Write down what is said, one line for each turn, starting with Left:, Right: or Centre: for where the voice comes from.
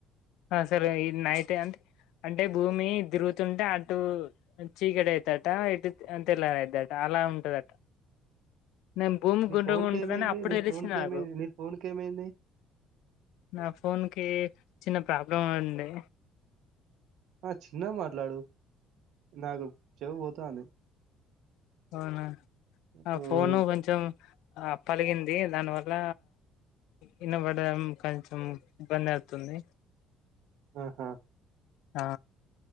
Left: అసలు ఈ నైట్ అంటే భూమి తిరుగుతుంటే అటు చీకటి అయితాదట ఇటు తెల్లారిందట అలా ఉంటందట నేను భూమి
Right: నీ
Left: గుండ్రగా
Right: ఫోన్‌కేమైంది?
Left: ఉంటందని అప్పుడు
Right: నీ
Left: తెలిసి
Right: ఫోన్‌కేమైంది?
Left: నాకు
Right: నీ ఫోన్‌కేమైంది?
Left: నా ఫోన్కి చిన్న ప్రాబ్లం ఉండే
Right: ఆ చిన్న మాట్లాడు నాకు చెవు పోతాంది
Left: అవునా ఆ
Right: హ్మ్.
Left: ఫోను కొంచెం పలిగింది దానివల్ల వినబడడం కొంచెం ఇబ్బంది అవుతుంది
Right: ఆహా
Left: ఆ